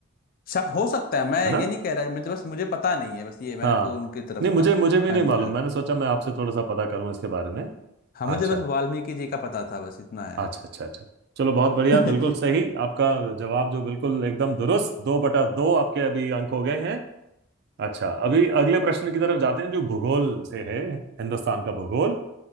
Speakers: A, on the left; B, on the right.
A: शा- हो सकता है मैं
B: है ना
A: ये नहीं कह रहा मुझे बस मुझे पता नहीं है बस ये मेरे
B: हाँ
A: को उनकी तरफ
B: नहीं मुझे
A: का
B: मुझे भी
A: हाँ
B: नहीं मालूम
A: जी हाँ
B: मैंने सोचा मैं आपसे थोड़ा सा पता करूं इसके बारे में
A: हाँ मुझे
B: अच्छा
A: बस वाल्मीकि जी का पता था बस इतना है
B: अच्छा अच्छा अच्छा चलो बहुत बढ़िया
A: <laughs>
B: बिल्कुल सही आपका जवाब जो बिल्कुल एकदम दुरुस्त दो बटा दो आपके अभी अंक हो गए हैं अच्छा अभी अगले प्रश्न की तरफ जाते हैं जो भूगोल से है हिंदुस्तान का भूगोल